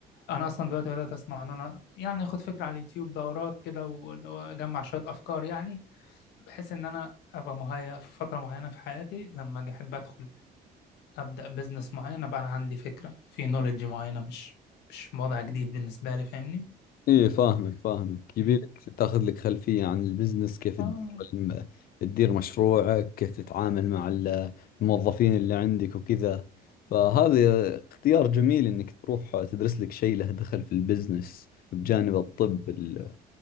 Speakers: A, on the left; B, on the left.
A: انا اصلا دلوقتي بدات اسمع ان انا يعني اخد فكره على اليوتيوب دورات كده و- واجمع شويه افكار يعني بحيث ان انا ابقى مهيأ في فتره معينه في حياتي لما اجي احب ادخل ابدا بيزنس معين ابقى انا عندي فكره في نوليدج معينه مش مش وضع جديد بالنسبه لي فاهمني
B: إيه فاهمك فاهمك يبيلك
A: مم.
B: تاخذ لك خلفية عن البزنس كيف
A: اه
B: تدير الم... تدير مشروعك كيف تتعامل مع ال- الموظفين اللي عندك وكذا فهذا اختيار جميل إنك تروح تدرس لك شيء له دخل في البزنس بجانب الطب ال- اللي